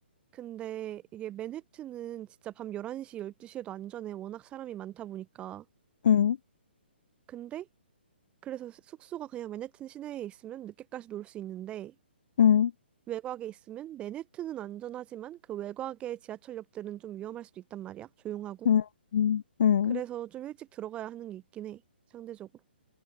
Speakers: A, on the right; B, on the left.
A: 근데 이게 맨해튼은 진짜 밤 11시, 12시에도 안전해. 워낙 사람이 많다 보니까.
B: 응,
A: 근데 그래서 숙소가 그냥 맨해튼 시내에 있으면 늦게까지 놀 수 있는데
B: 응,
A: 외곽에 있으면 맨해튼은 안전하지만 그 외곽의 지하철역들은 좀 위험할 수도 있단 말이야. 조용하고.
B: 응, 응, 응.
A: 그래서 좀 일찍 들어가야 하는 게 있긴 해. 상대적으로.